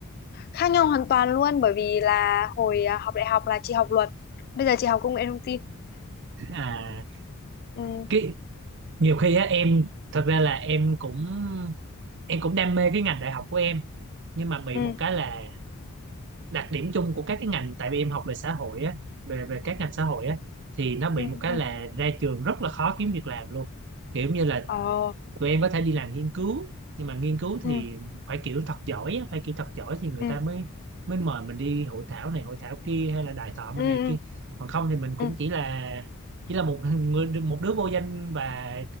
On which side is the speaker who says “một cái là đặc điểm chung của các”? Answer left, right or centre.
Right